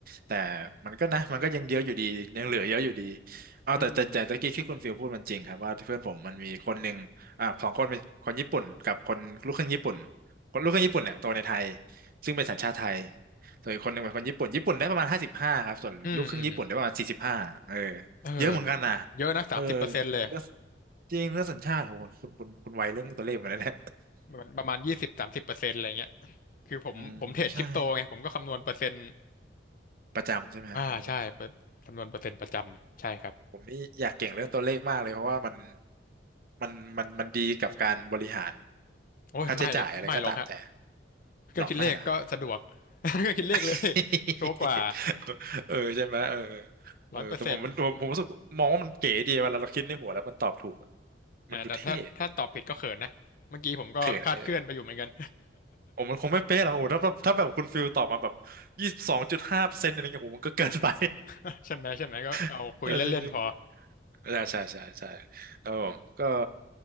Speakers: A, on the right; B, on the left.
A: แต่มันก็นะมันก็ยังเยอะอยู่ดียังเหลือเยอะอยู่ดีเอาแต่แต่แต่ตะกี้ที่คุณฟิลพูดมันจริงครับว่าเพื่อนผมมันมีคนหนึ่งอ่าสองคนเป็นคนญี่ปุ่นกับคนลูกครึ่งญี่ปุ่น
B: อืม
A: คนลูกครึ่งญี่ปุ่นเนี่ยโตในไทยซึ่งเป็นสัญชาติไทยส่วนอีกคนหนึ่งเป็นคนญี่ปุ่นญี่ปุ่นได้ประมาณห้าสิบห้าครับส่วนลูกครึ่งญี่ปุ่นได้ประมาณสี่สิบห้าเออ
B: อืมอืมเออ
A: เยอะเหมือนกันนะ
B: เยอะนะสามสิบเปอร์เซ็นต์เลย
A: เออเรื่องจริงเรื่องสัญชาติโหคุณคุณคุณไวเรื่องตัวเลขเหมือนกันนะ
B: มันประมาณยี่สิบสามสิบเปอร์เซ็นต์อะไรเงี้ยคือผมผมเทรดคริปโตไงผมก็คำนวณเปอร์เซ็นต์
A: อืมใช่ประจำใช่ไหมฮะโอ้
B: อ่าใช่เปอร์คำนวณเปอร์เซ็นต์ประจำใช่ครับ
A: ผมนี่อยากเก่งเรื่องตัวเลขมากเลยเพราะว่ามันมันมันมันดีกับการบริหาร
B: โอ้ยไม่ไม่หรอกฮะ
A: ค่าใช้จ่ายอะไรก็ตามแต่
B: เครื่องคิดเลขก็สะดวก
A: หรอไม่ล่ะ
B: <laughs> เครื่องคิดเลขเลย
A: <laughs>
B: ชัวร์กว่า
A: เออใช่ไหมเออเออแต่ผมมันผมผมรู้สึกมองว่ามันเก๋ดีเวลาเราคิดในหัวแล้วมันตอบถูกอะ
B: ร้อยเปอร์เซ็นต์อ่าแต่ถ้าถ้าตอบผิดก็เขินนะเมื่อกี้ผมก็คลาดเคลื่อนไปอยู่เหมือนกัน
A: มันดูเท่เขินเออโอ้มันคงไม่เป๊ะหรอกโอ้ถ้าแบบถ้าแบบคุณฟิลตอบมาแบบยี่สิบสองจุดห้าเปอร์เซ็นต์อะไรเงี้ยโอ้โหมันก็เกินไป
B: <laughs> ใช่ไหมใช่ไหมก็เอาคุยเล่นๆพอ
A: <laughs> ใช่จริงๆใช่ใช่ใช่ใช่ครับผมก็